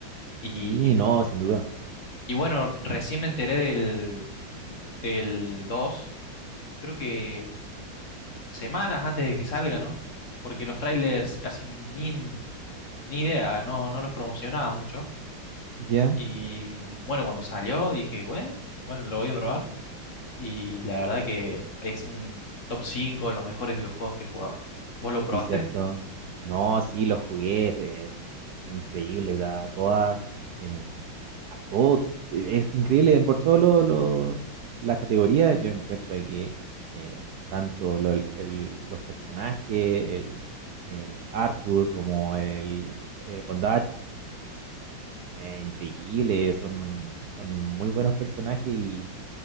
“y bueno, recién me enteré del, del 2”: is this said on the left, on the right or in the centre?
Left